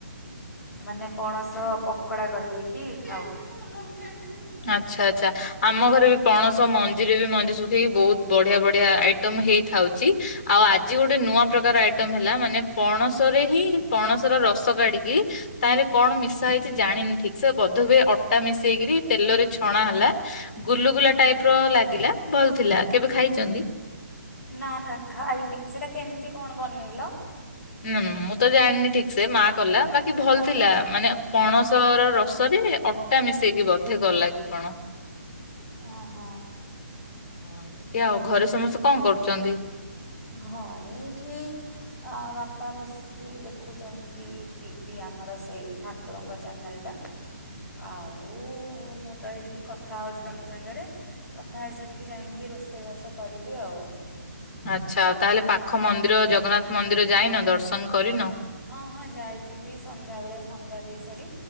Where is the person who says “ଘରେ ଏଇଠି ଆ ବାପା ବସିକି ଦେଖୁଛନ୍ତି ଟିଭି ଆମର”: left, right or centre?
Centre